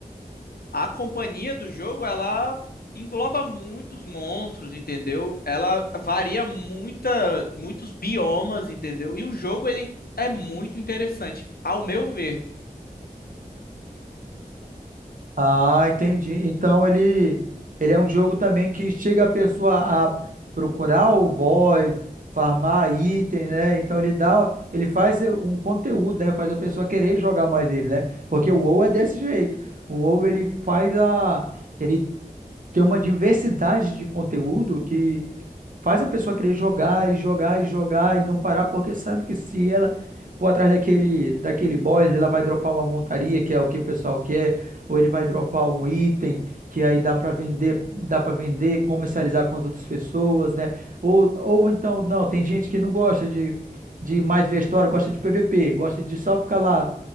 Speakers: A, on the left; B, on the right.
A: a companhia do jogo, ela engloba muitos monstros, entendeu? Ela varia muita, muitos biomas, entendeu? E o jogo, ele é muito interessante, ao meu ver.
B: Ah, entendi. Então ele, ele é um jogo também que chega a pessoa a procurar o boss, farmar item, né? Então ele dá, ele faz um conteúdo, né? Faz a pessoa querer jogar mais ele, né? Porque o WoW é desse jeito. O WoW ele faz a ele tem uma diversidade de conteúdo que faz a pessoa querer jogar e jogar e jogar e não parar, porque sabe que se ela for atrás daquele, daquele boss, ela vai dropar uma montaria, que é o que o pessoal quer, ou ele vai dropar um item que aí dá para vender, dá para vender, comercializar com as outras pessoas, né? Ou, ou então, não, tem gente que não gosta de, de mais ver a história, gosta de PVP, gosta de só ficar lá